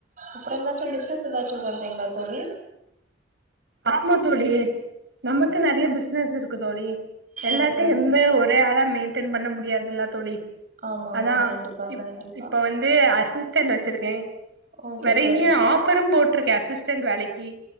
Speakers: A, on the right; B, on the right.
A: அப்றோ எந்தாச்சு பிஸ்னஸ் எதாச்சு பண்றீங்களா தோழி
B: ஆமா தோழி நமக்கு நறைய பிஸ்னஸ் இருக்கு தோழி எல்லாத்தையு
A: ஓகே ஓகே
B: எந்த ஒரே ஆளா மெயின்டெய்ன் பண்ண முடியாதுல்ல தோழி
A: ஆமா ஆமா
B: அதா
A: கண்டிப்பா
B: இப்
A: கண்டிப்பா
B: இப்ப வந்து அசிஸ் ஸ்டன்ட் வெச்சிருக்கே
A: ஓகே
B: நெறையா
A: தோழி
B: ஆஃபரு போட்ருக்கே அசிஸ்டன்ட் வேலைக்கு